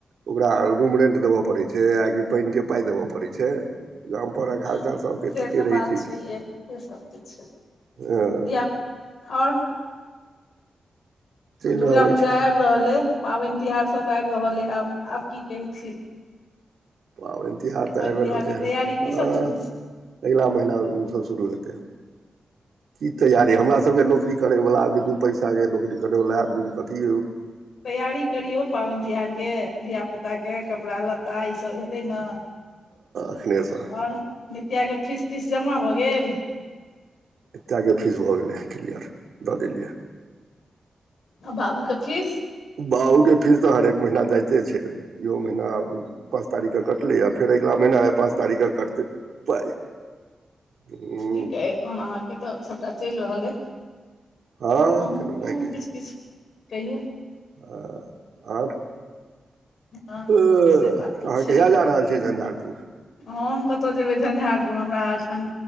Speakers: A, on the right (about 70°); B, on the left (about 65°).
A: ओकरा रूम रेंट देबय पड़ैत छैय आ कि पाइन केँ पाइ देबय पड़ैत छैय। गाम परहक
B: हँ,
A: हालचाल सब केँ
B: से
A: ठीके
B: तऽ बात
A: रहै छैय
B: छैहे
A: कि।
B: से सब तऽ छैय
A: हँ
B: <inaudible> धिया और
A: चलि
B: आब दुर्गा
A: रहल
B: पूजा
A: अछि
B: आइब रहले पाबैन तिहार सभ आइब रहले आब आब की कहै छियै।
A: पाबैन तिहार तऽ आइबै
B: तिहारके
A: रहल छैय
B: तैयारी की
A: हँ
B: सब चलै छै
A: अइगला महिना उ सब शुरू हेतै <unintelligible> तैयारी हमरा सभ केँ नौकरी करैवला आदमी दू पैसा केँ नौकरी करैवला आदमी कऽ कथी
B: तैयारी करियौ पाबैन तिहार केँ धिया ता केँ कपड़ा लत्ता ईसभ हेतै न
A: एखनेसँ
B: <inaudible> ओर नितिया केँ फीस तीस जमा भऽ गेल
A: एकता केँ फीस भऽ गेलै क्लियर दऽ देलियै
B: आ बाबू केँ फीस
A: बाऊ केँ फीस तऽ हरेक महीना जाइते छै इहो महीना आब पाँच तारीखके कटलैया फेर अगला महीना आय पाँच तारीखके कटतै पाइ। हूँ
B: ठीक ऐ तहन अहाँके तऽ सभटा चेल रहले।
A: हँ
B: आब अहूँ
A: केनाहुनाइ
B: अहूँ। किछ किछ कहियौ।
A: आ ओर।
B: हँ
A: अ
B: से बात
A: त।
B: तऽ
A: अहाँ
B: छै
A: कहिया जा रहल छियै झंझारपुर।
B: हम कता जेबै झंझारपुर हमरा। एखन